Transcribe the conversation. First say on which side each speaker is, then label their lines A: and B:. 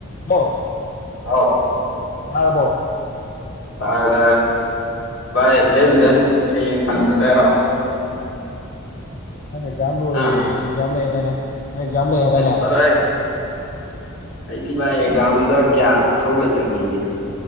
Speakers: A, on the left (about 40°); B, on the left (about 70°).
A: ꯍꯣ
B: ꯑꯥꯎ
A: ꯊꯔꯕꯣ
B: ꯇꯥꯔꯦ ꯇꯥꯔꯦ ꯚꯥꯏ ꯕꯦꯠꯃꯤꯟꯇꯟ ꯍꯌꯦꯡ ꯁꯥꯟꯅ ꯆꯠꯁꯦ ꯍꯥꯏꯔꯣ
A: ꯅꯪ ꯑꯦꯛꯖꯥꯝ ꯂꯣꯏꯔꯦꯌꯦ
B: ꯑꯥ
A: ꯑꯦꯛꯖꯥꯝ ꯂꯩ ꯍꯥꯏꯗꯥꯏꯅꯦ ꯅꯣꯏ ꯑꯦꯛꯖꯥꯝ ꯂꯩ ꯍꯥꯏꯗꯥꯏꯅꯦ
B: ꯑꯁ ꯇꯔꯥꯍꯦ ꯑꯩꯗꯤ ꯚꯥꯏ ꯑꯦꯛꯖꯥꯝꯗ ꯀꯌꯥ ꯃꯊꯧ ꯂꯩꯇꯃꯤꯅꯦ